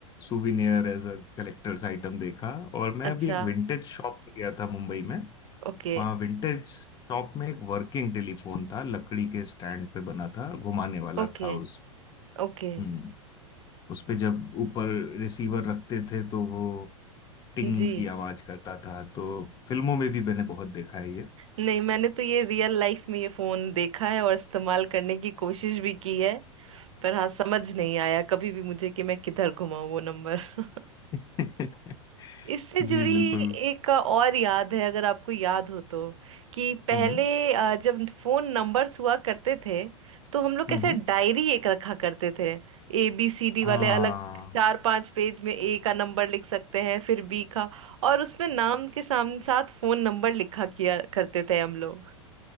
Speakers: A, on the left; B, on the right.
A: souvenir as a collector's item देखा और मैं
B: अच्छा
A: अभी एक विंटेज शॉप में गया था मुंबई में
B: ओके
A: वहाँ विंटेज शॉप में एक वर्किंग टेलीफोन था लकड़ी के स्टैंड पे बना था घुमाने वाला
B: ओके
A: था उस
B: ओके
A: हम्म उस पे जब ऊपर रिसीवर रखते थे तो वो टिंग
B: जी
A: सी आवाज करता था तो फिल्मों में भी मैंने बहुत देखा है ये
B: नहीं मैंने तो ये रियल लाइफ में ये फोन देखा है और इस्तेमाल करने की कोशिश भी की है पर हाँ समझ नहीं आया कभी भी मुझे कि मैं किधर घुमाऊं वो नंबर <laughs>
A: <laughs>
B: इससे जुड़ी
A: जी बिल्कुल
B: एक और याद है अगर आपको याद हो तो कि पहले
A: हम्म
B: अ, जब फोन नंबर्स हुआ करते थे तो हम लोग कैसे
A: हम्म हम्म।
B: डायरी एक रखा करते थे ए बी सी डी वाले
A: हाँ
B: अलग चार पांच पेज में ए का नंबर लिख सकते हैं फिर बी का और उसमें नाम के सामने साथ फोन नंबर लिखा किया करते थे हम लोग